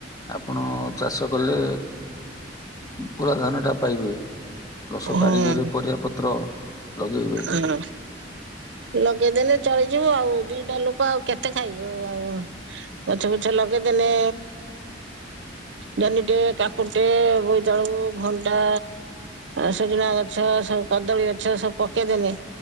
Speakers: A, on the left (about 20°); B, on the right (about 70°).
A: ଆପଣ ଚାଷ କଲେ ପୁରା ଧାନ ଟା ପାଇବେ ରସ
B: ହୁଁ
A: ପାଣି ଘରେ ପରିବା ପତ୍ର ଲଗେଇବେ
B: ହୁଁ ଲଗେଇଦେଲେ ଚଳିଯିବୁ ଆଉ ଦିଟା ଲୋକ ଆଉ କେତେ ଖାଇବ ଆଉ ଗଛ ପୁଛ ଲଗେଇଦେଲେେ ଜହନିଟେ କାକୁଟେ ବୋଇତାଳୁ ଭଣ୍ଡା ସୁଜୁନା ଗଛ ସବୁ କଦଳୀ ଗଛ ସବୁ ପକେଇଦେନି